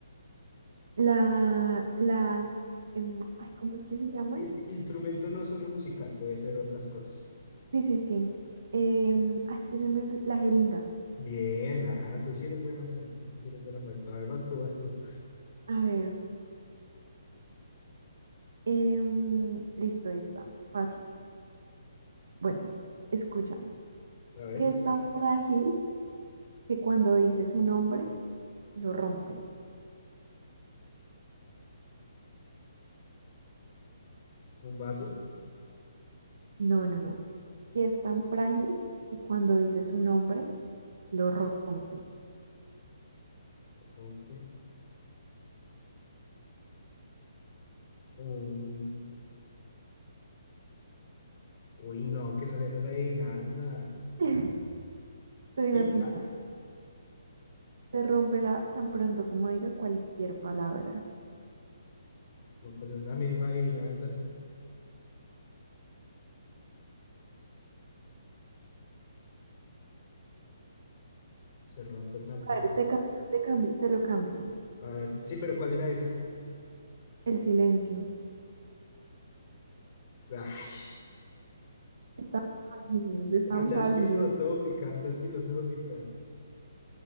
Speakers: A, on the right; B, on the left.
A: La, las, em, ay, ¿cómo es que se llaman?
B: I- i- Instrumento no solo musical, puede ser otras cosas.
A: Sí, sí, sí. Em, ay, es que se me olvidó. La jeringa.
B: Bien, ah, tú sí eres buena para esto, tú sí eres buena para esto. A ver, vas tú, vas tú.
A: A ver. em, listo, está. Fácil. Bueno, escúchame.
B: A ver,
A: Que
B: escucho.
A: es tan frágil que cuando dices un nombre, lo rompe?
B: ¿Un vaso?
A: No, no, no. Que es tan frágil que cuando dices un nombre, lo rompe?
B: Rompe. Un... Uy, no, ¿qué son esas adivinanzas?
A: <laughs> Te doy
B: Pista.
A: una pista. Se romperá tan pronto como diga cualquier palabra.
B: No, pues es la misma adivinanza. Se rompe tan pronto.
A: A ver, te cambio, te cambio, te lo cambio.
B: A ver, sí, pero ¿cuál era esa?
A: El silencio.
B: Ay,
A: Están fáciles, están
B: andas
A: fáciles.
B: No. filosófica, andas filosófica.